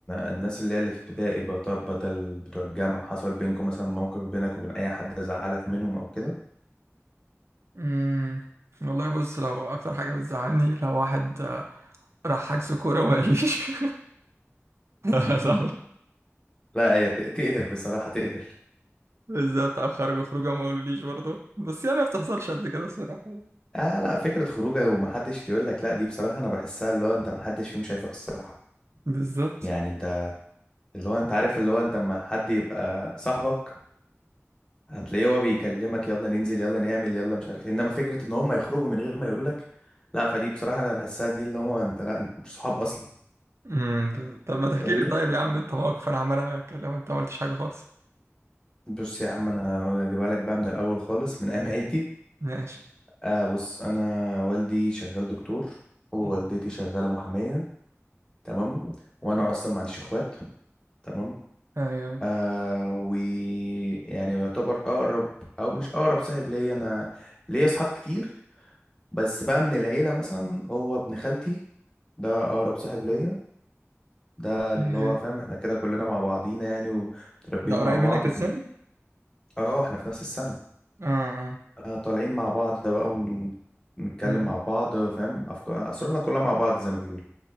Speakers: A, on the left (about 15°); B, on the right (about 65°).
A: الناس اللي هي اللي في ابتدائي بقى طب بدل بتوع الجامعة حصل بينكم مثلا موقف بينك وبين أي حد زعلك منهم أو كده؟
B: مم. والله بص لو أكتر حاجة بتزعلني لو واحد آه، راح حجز كورة وما قاليش <laughs>
A: <laughs>
B: صح
A: لا هي ت- تقهر بصراحة تقهر
B: بالظبط أو خرجوا خروجة ما قالوليش برضه بس يعني ما بتحصلش قد كده الصراحة
A: آه لا فكرة خروجه ومحدش يقول لك لا دي بصراحة أنا بحسها اللي هو أنت محدش فيهم شايفك صاحب
B: بالظبط
A: يعني أنت اللي هو أنت عارف اللي هو أنت أما حد يبقى صاحبك هتلاقيه هو بيكلمك يلا ننزل يلا نعمل يلا مش عارف إيه. إنما فكرة إن هم يخرجوا من غير ما يقولوا لك لا فدي بصراحة أنا بحسها دي اللي هم أنت لا أنت مش صحاب أصلا
B: مم. ب- طب ما تحكي
A: فاهمني
B: لي طيب يا عم أنت موقف أنا عمال أنا أتكلم وأنت ما قلتش حاجة خالص
A: بص يا عم انا هجيبها لك بقى من الاول خالص من ايام عيلتي
B: ماشي
A: آه بص انا والدي شغال دكتور ووالدتي
B: مم.
A: شغاله محاميه تمام وانا اصلا ما عنديش اخوات تمام
B: أيوه
A: آه و يعني يعتبر اقرب او مش اقرب صاحب ليا انا ليا اصحاب كتير بس بقى من العيله مثلا هو ابن خالتي ده اقرب صاحب ليا ده اللي
B: أيوه
A: هو فاهم احنا كده كلنا مع بعضينا يعني ومتربيين
B: ده قريب
A: مع بعض
B: منك في السن؟
A: اه احنا في نفس السنه
B: آه آه.
A: آه، طالعين مع بعض بقى ونتكلم
B: امم
A: مع بعض فاهم أفكار أسرارنا كلها مع بعض زي ما بيقول